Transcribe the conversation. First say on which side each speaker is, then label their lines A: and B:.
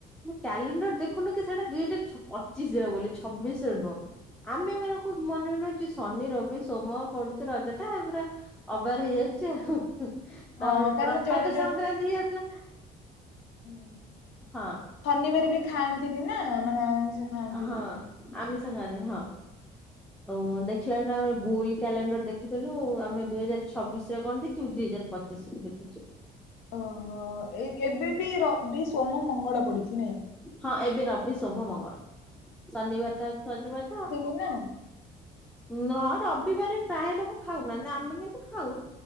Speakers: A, in the centre; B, on the left.
A: ମୁଁ କ୍ୟାଲେଣ୍ଡର୍ ଦେଖୁନୁ କି ସେଇଟା ଦୁଇ ହଜାର ଛ ପଚିଶିରେ ବୋଲି ଛବିଶିରେ ନୁଅ ଆମେ ମାନେ କୁ ମନେ ମନେ ଭାବିଚୁ ଶନି ରବି ସୋମ ପଡ଼ୁଚି ରଜ ଟା ପୁରା ଅବାର ହେଇଯାଉଚି ଆଉ ହୁଁ ହୁଁ
B: ହଁ
A: ତାପରେ
B: କାରଣ
A: ପ୍ରଭାତ
B: ଜଣେ
A: ସଂକ୍ରାନ୍ତି ହେଇଯାଉଥିଲା
B: ହୁଁ।
A: ହଁ।
B: ଶନିବାର ବି ଖାଆନ୍ତିନି ନା ମାନେ ଆଇଁଷ ଖାଆନ୍ତିନି।
A: ହଁ ଆମିଷ ଖାଆନ୍ତିନି ହଁ। ଓ ଦେଖିଲା ନା ଆମେ ବୁଲ କ୍ୟାଲେଣ୍ଡର୍ ଦେଖୁଥିଲୁ ଆମେ ଦୁଇ ହଜାର ଛବିଶି ରେ କଣ ଦେଖିବୁ ଦୁଇ ହଜାର ପଚ ଚିଶି ର ଦେଖୁଚୁ।
B: ଓହୋ ଏ ଏବେ ବି ରବି ସୋମ ମଙ୍ଗଳ ପଡ଼ିଚି ନାଇଁ
A: ହଁ ଏବେ ରବି ସୋମ ମଙ୍ଗଳ ଶନିବାର ଟା ହଉଚି ସଜବାଜ
B: ହାନୋ।
A: ନ ରବିବାର ପ୍ରାୟ ଲୋକ ଖାଉନାହାନ୍ତି ଆମେ କିନ୍ତୁ ଖାଉ